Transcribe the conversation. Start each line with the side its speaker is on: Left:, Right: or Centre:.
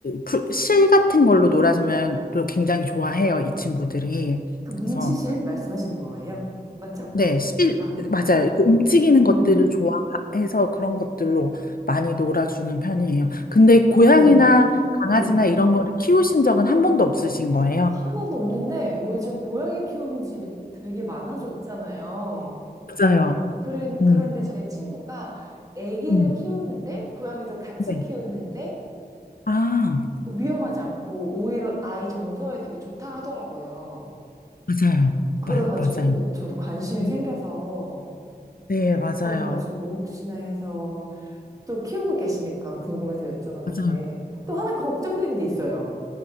Left: 풀, 실 같은 걸로 놀아주면 또 굉장히 좋아해요, 이 친구들이.
Right: 그 뭉치실
Left: 그래서
Right: 말씀하시는 거예요? 맞죠?
Left: 네, 실
Right: 아,
Left: 맞아요. 이렇게 움직이는
Right: 음,
Left: 것들을 좋아해서 그런 것들로 많이 놀아주는 편이에요. 근데 고양이나
Right: 네.
Left: 강아지나
Right: 예.
Left: 이런 거를 키우신 적은 한 번도 없으신 거예요?
Right: 한 번도 없는데 요즘 고양이 키우는 집이 되게 많아졌잖아요.
Left: 맞아요.
Right: 그래,
Left: 음.
Right: 그런데 제 친구가 아기를
Left: 음.
Right: 키우는데 고양이도 같이
Left: 네.
Right: 키우는데
Left: 아,
Right: 위험하지 않고 오히려 아이 정서에 되게 좋다 하더라고요.
Left: 맞아요.
Right: 그래가지고
Left: 마, 맞아요.
Right: 저도 관심이
Left: 네,
Right: 생겨서
Left: 네, 맞아요.
Right: 그래가지고 혹시나 해서 또 키우고 계시니까 궁금해서 여쭤봤는데
Left: 맞아요.
Right: 또 하나 걱정되는 게 있어요.